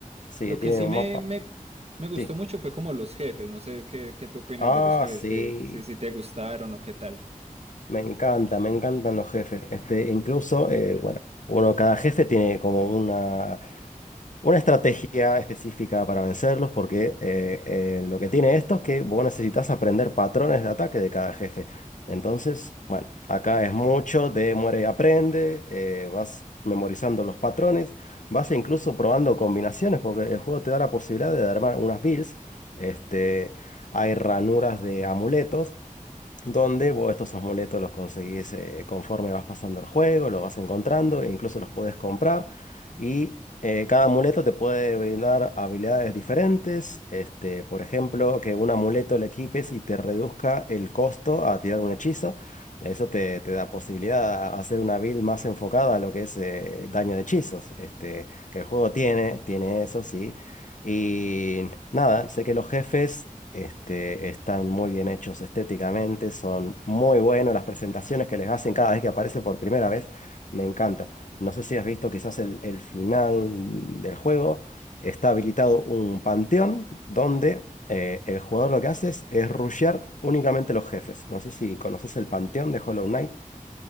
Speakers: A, on the left (about 65°); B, on the right (about 45°).
A: Sí,
B: Lo
A: tiene
B: que sí
A: un
B: me,
A: mapa.
B: me, me gustó
A: Sí.
B: mucho fue como los jefes. No sé qué, qué tú opinas
A: Ah,
B: de los jefes,
A: sí,
B: que si, si te gustaron o qué tal.
A: me encanta, me encantan los jefes. Este, incluso, eh, bueno, uno, cada jefe tiene como una una estrategia específica para vencerlos, porque eh, eh, lo que tiene esto es que vos necesitas aprender patrones de ataque de cada jefe. Entonces, bueno, acá es mucho de muere y aprende, eh, vas memorizando los patrones, vas incluso probando combinaciones, porque el juego te da la posibilidad de armar unas builds, este, hay ranuras de amuletos donde vos estos amuletos los conseguís eh, conforme vas pasando el juego, los vas encontrando, e incluso los podés comprar. Y eh, cada amuleto te puede brindar habilidades diferentes. Este, por ejemplo, que un amuleto le equipes y te reduzca el costo a tirar un hechizo. Eso te, te da posibilidad a hacer una build más enfocada a lo que es eh, daño de hechizos. Este, que el juego tiene, tiene eso, sí. Y nada, sé que los jefes este, están muy bien hechos estéticamente, son muy buenos las presentaciones que les hacen cada vez que aparece por primera vez, me encanta. No sé si has visto quizás el, el final del juego, está habilitado un panteón donde eh, el jugador lo que hace es, es rushear únicamente los jefes. No sé si conoces el panteón de Hollow Knight.